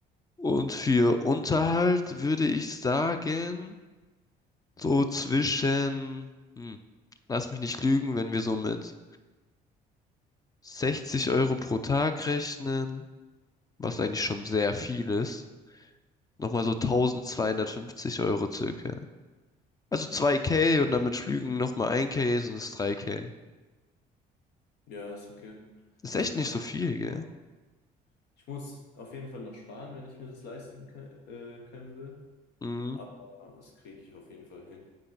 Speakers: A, on the left; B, on the left.
A: Und für Unterhalt würde ich sagen, so zwischen, hm, lass mich nicht lügen, wenn wir so mit 60 Euro pro Tag rechnen, was eigentlich schon sehr viel ist, nochmal so 1250 Euro circa. Also 2K
B: Ja.
A: und dann mit Flügen nochmal 1K, sind es 3K.
B: Ja, ist okay.
A: Ist
B: Also
A: echt
B: kann
A: nicht so viel,
B: man
A: gell?
B: machen. Ich muss auf jeden Fall noch sparen, wenn ich mir das leisten kö- äh, können will.
A: Mhm.
B: Aber das kriege ich auf jeden Fall hin.